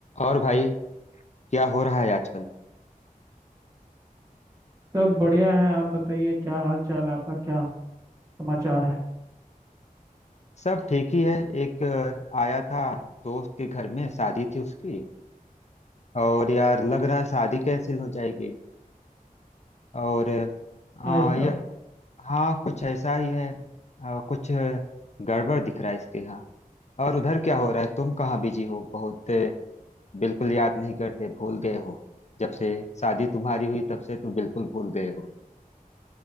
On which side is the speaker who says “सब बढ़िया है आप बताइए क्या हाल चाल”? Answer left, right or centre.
Right